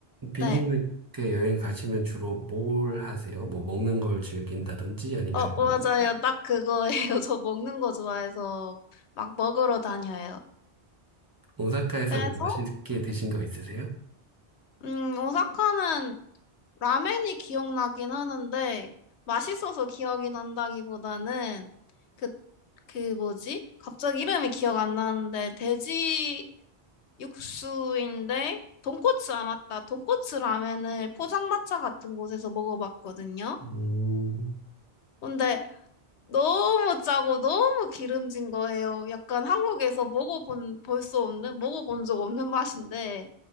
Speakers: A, on the right (about 20°); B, on the left (about 80°).
A: 비님은
B: 네.
A: 그 여행 가시면 주로 뭘 하세요? 뭐 먹는 걸 즐긴다든지 아니면
B: 어, 맞아요.
A: 뭐
B: 딱 그거예요. <laughs> 저 먹는 거 좋아해서 막 먹으러 다녀요.
A: 오사카에서
B: 그래서,
A: 뭐 맛있게 드신 거 있으세요?
B: 음, 오사카는 라멘이 기억나긴 하는데 맛있어서 기억이 난다기보다는 그, 그 뭐지? 갑자기 이름이 기억 안 나는데 돼지 육수인데 돈코츠 아 맞다. 돈코츠 라멘을 포장마차 같은 곳에서 먹어봤거든요.
A: 음,
B: 근데 너무 짜고 너무 기름진 거예요. 약간 한국에서 먹어본 볼 수 없는 먹어본 적 없는 맛인데